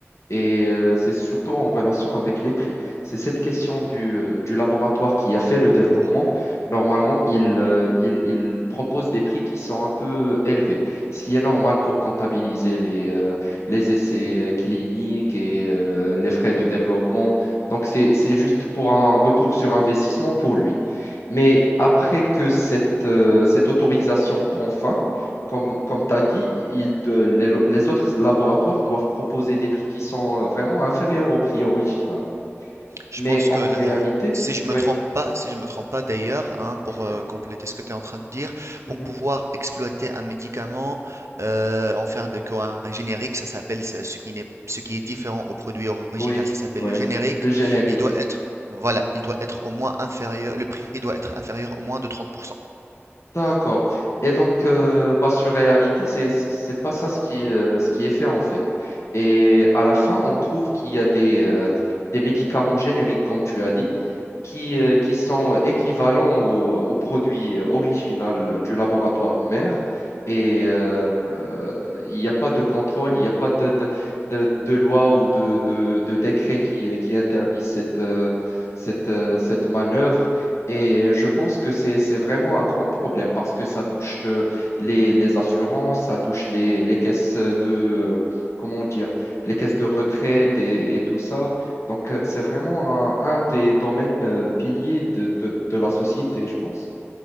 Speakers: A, on the left; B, on the right.
A: Et euh, c'est surtout en relation avec les prix. C'est cette question du, euh, du laboratoire qui a fait le développement.
B: Mhm.
A: Normalement, il, euh, il, il propose des prix qui sont un peu élevés, ce qui est normal pour comptabiliser les, euh, les essais euh, cliniques et euh, les frais de développement. Donc, c'est, c'est juste pour un retour sur investissement pour lui. Mais après que cette, euh, cette autorisation prend fin, comme, comme tu as dit, ils de- les, les autres laboratoires doivent proposer des prix qui sont euh, vraiment inférieurs au prix original.
B: Je
A: Mais
B: pense
A: en
B: que là,
A: réalité,
B: si je me
A: oui.
B: trompe pas, si je me trompe pas d'ailleurs, hein, pour
A: Mhm,
B: euh, compléter ce que tu es en train de dire,
A: mhm.
B: pour pouvoir exploiter un médicament, euh, en faire de quoi un générique, ça s'appelle ce ce qui n'est, ce qui est différent au produit original,
A: Oui,
B: ça s'appelle
A: oui,
B: le générique.
A: le générique.
B: Il doit être, voilà, il doit être au moins inférieur, le prix doit être inférieur au moins de 30%.
A: D'accord. Et donc, euh, bah, sur réalité, c'est, c'est pas ça ce qui, euh, ce qui est fait en fait. Et à la fin, on trouve qu'il y a des, euh, des médicaments génériques, comme tu as dit qui, euh, qui sont équivalents au, au produit original du laboratoire mère. Et euh, il n'y a pas de contrôle, il n'y a pas de, de, de- de loi ou de, de, de décret qui, qui interdit cette, euh, cette, euh, cette manœuvre. Et je pense que c'est, c'est vraiment un grand problème parce que ça touche euh, les, les assurances, ça touche les, les caisses de, euh, comment dire, les caisses de retraite et, et tout ça. Donc, euh, c'est vraiment un, un des domaines euh, piliers de, de, de la société, je pense.